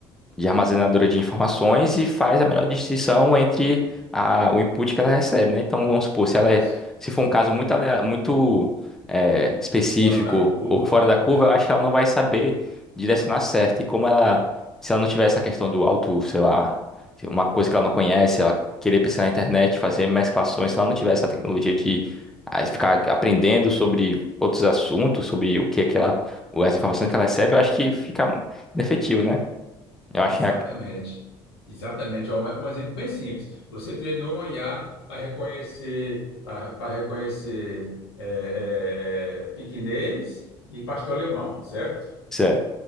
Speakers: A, in the centre; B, on the left.
A: de armazenadora de informações e faz a melhor distinção entre a, o input que ela recebe, né? Então, vamos supor,
B: Isso.
A: se ela é- se for um caso muito, alea- muito eh, específico
B: Fora da curva,
A: ou fora
B: né?
A: da curva, eu acho que ela não vai saber direcionar certo. E como ela, se ela não tiver essa questão do auto, sei lá, se uma coisa que ela não conhece, ela querer pesquisar na internet, fazer mesclações, se ela não tiver essa tecnologia de ah, ficar aprendendo sobre outros assuntos, sobre o que é que ela, as informações que ela recebe, eu acho que fica inefetivo, né? Eu
B: Exatamente.
A: acho
B: Exatamente. Ó, Um, um exemplo bem simples. Você treinou um IA para reconhecer, para reconhecer é, é, é, piquinês e pastor alemão, certo?
A: Certo.